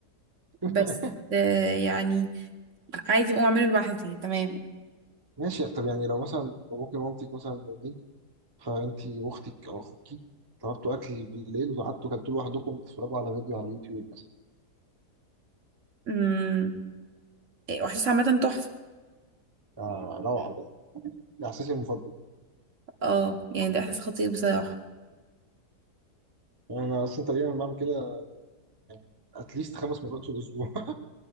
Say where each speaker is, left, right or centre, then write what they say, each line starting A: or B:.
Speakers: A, on the right; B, on the right.
A: <laughs>
B: بس آه، يعني عادي بقوم اعمله لوحدي يعني تمام
A: ماشي طب يعني لو مثلا باباكي ومامتك مثلا نايمين فأنتي وأختك أو أخوكي طلبتوا أكل بالليل وقعدتوا كلتوا لوحدكم تتفرجوا على فيديو على اليوتيوب مثلا
B: امم إيه، واحساس عامة تحفة
A: آه، روعة ده ده إحساسي المفضل
B: اه يعني ده احساس خطير بصراحة
A: أنا أصلا تقريبا بعمل كده يعني أتليست خمس مرات في الأسبوع